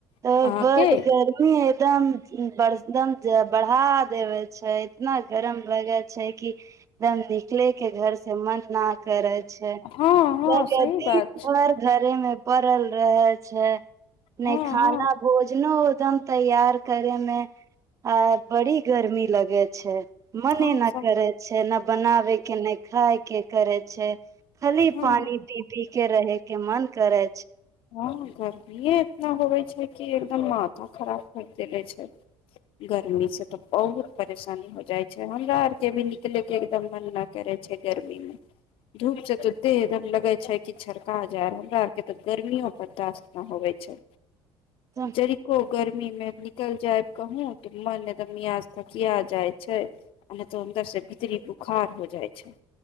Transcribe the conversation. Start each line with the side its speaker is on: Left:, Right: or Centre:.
Right: त
Left: अहाँके
Right: बड गर्मी एगदम उम्म बरदम जे बढ़ा देवे छै। न गरम लगै। छै कि एकदम निकले के घर से मन न करे छै,
Left: हँ हँ
Right: जाके
Left: सही
Right: दिन
Left: बात छै
Right: भर घरे मे पड़ल रहै छै।
Left: हँ
Right: नै खाना
Left: हँ
Right: भोजनो एकदम तैयार करे मे आय बड़ी गर्मी लगे मने
Left: हँ
Right: ने
Left: सब
Right: करै छै, ने बनाबे के ने खाय के। करै छै। खली
Left: हँ
Right: पानी पी पी के रहै के मन करै
Left: हाँ। गर्मीये इतना होबे छै कि एगदम माथा खराब कर देले छै, गर्मी से ते बहुत परेशानी हो जाय छै, हमरा आरके भी निकलेके एगदम मन न करै छै गर्मीमे, धूप से तऽ देह लगै छै कि झड़का जाय रहल, हमरा आरके ते गर्मियों बर्दाश्त न होबै छै।
Right: त
Left: जरी को गर्मी मे नि कल जाएब कहुं तऽ मन ने ते मियाज थकिया जाय छै। अऽ ने ते अन्दर से भीतरी बुखार होय जाय छै।